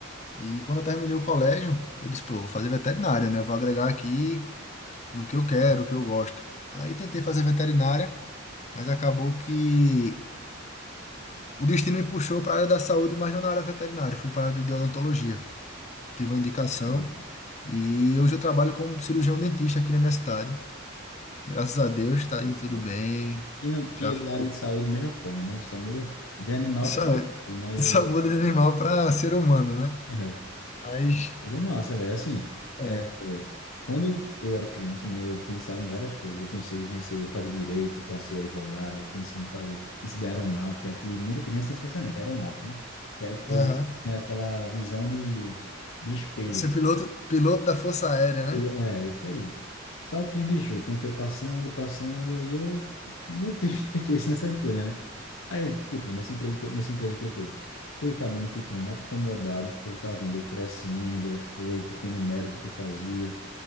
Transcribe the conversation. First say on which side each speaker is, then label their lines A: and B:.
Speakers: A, on the left (about 35°); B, on the left (about 85°).
A: E quando eu terminei o colégio, eu disse, pô, vou fazer veterinária, né? vou agregar aqui no que eu quero, o que eu gosto. Aí tentei fazer veterinária, mas acabou que. O destino me puxou para a área da saúde, mas não na área veterinária, fui para a área de odontologia. Tive uma indicação
B: ó,
A: e hoje eu trabalho como cirurgião dentista aqui na minha cidade. Graças a Deus está
B: foi
A: indo tudo
B: bom.
A: bem.
B: que não que
A: Já
B: é
A: faz-
B: da área de saúde da mesma forma, né? Só muda de animal
A: <laughs> só,
B: para pessoa, mas
A: só
B: é,
A: muda de animal para ser humano, né?
B: <laughs>
A: Mas
B: Mas é massa, velho. Assim,
A: é.
B: é, é, quando eu era criança, né, eu pensava em várias coisas. Eu pensei já em ser, fazer direito para ser advogado, eu pensei em fazer, em ser da aeronáutica, que muita criança tem esse pensamento, aeronáutica, né? Que era o
A: Aham.
B: que né, aquela visão de, de espelho
A: Ser piloto, piloto da Força Aérea, né?
B: é, isso aí. Só que, bicho, o tempo foi passando, passando, e eu não tive <laughs> interesse nessas coisas, né? Aí eu, tipo, nessa empresa que eu, nessa empresa que eu tô, fui acabando ficando acomodado por estar tá vendo eu crescendo aos poucos, tendo o mérito que eu fazia.